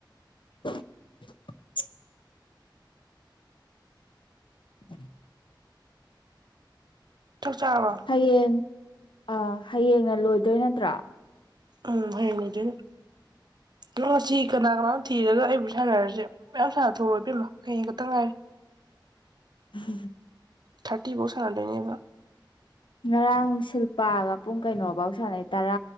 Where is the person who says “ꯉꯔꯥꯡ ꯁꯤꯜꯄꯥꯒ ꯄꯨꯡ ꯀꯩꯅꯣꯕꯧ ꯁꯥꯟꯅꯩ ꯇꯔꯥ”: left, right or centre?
Left